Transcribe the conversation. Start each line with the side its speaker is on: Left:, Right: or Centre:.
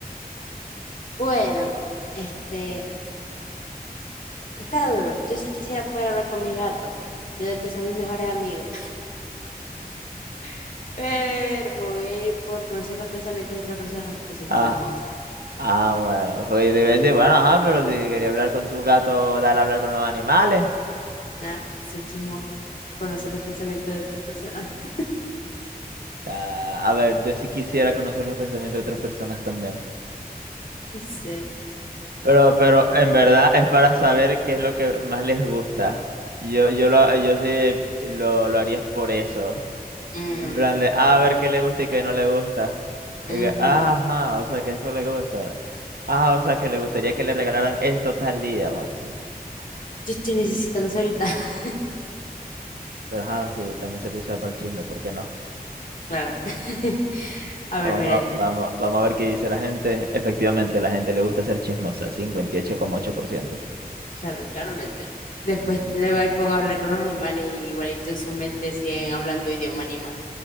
Left: Bueno, este, está duro. Yo sí quisiera poder hablar con mis gatos, yo que son mis mejores amigos, <laughs> pero me voy a ir por conocer los pensamientos de otras personas porque soy
Right: Ah,
Left: chismosa,
Right: ah, bueno, porque yo te iba a decir, bueno, ajá, pero si quería hablar con tus gatos, dale a hablar con los animales.
Left: ¿no? Soy chismosa. Conocer los pensamientos de otras personas. <laughs>
Right: Ah, a ver, yo sí quisiera conocer los pensamientos de otras personas también.
Left: Sí.
Right: Pero, pero en verdad es para saber qué es lo que más les gusta. Yo, yo lo, yo sí lo, lo haría por eso.
Left: Mm,
Right: En plan de, ah, a ver qué le gusta y qué no le gusta. Y
Left: ujú.
Right: que, ah, ajá, o sea, que esto le gusta. Ah, o sea, que le gustaría que le regalaran esto tal día. Bueno, sí.
Left: Yo estoy necesitando eso ahorita. <laughs>
Right: Pero ajá, sí, también se puede usar para el chisme, ¿por qué no?
Left: Claro. <laughs> A
Right: Ah,
Left: ver,
Right: Vamos
Left: mira
Right: a,
Left: este.
Right: vamos, vamos a ver qué dice la gente. Efectivamente, la gente le gusta ser chismosa, 58,8%.
Left: Claro, claramente. Después te va con hablar con los animales y igualito en su mente siguen hablando idioma animal.